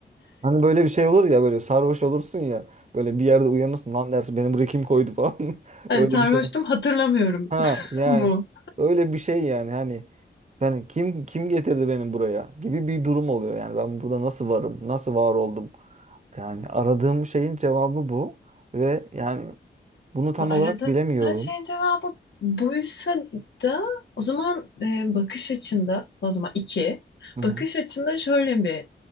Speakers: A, on the right (about 40°); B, on the left (about 70°).
A: Hani böyle bir şey olur ya böyle sarhoş olursun ya böyle bir yerde uyanırsın lan dersin beni buraya kim koydu falan. <laughs>
B: Hani
A: Öyle
B: sarhoştum
A: bir şey.
B: hatırlamıyorum
A: Ha
B: <laughs>
A: yani
B: mu?
A: öyle bir şey yani hani yani kim kim getirdi beni buraya gibi bir durum oluyor yani ben burada nasıl varım? Nasıl var oldum? Yani aradığım şeyin cevabı bu ve yani bunu tam
B: Arada
A: olarak bilemiyorum.
B: şeyin cevabı buysa da o zaman e, bakış açında o zaman iki
A: Hı hı.
B: bakış açında şöyle bir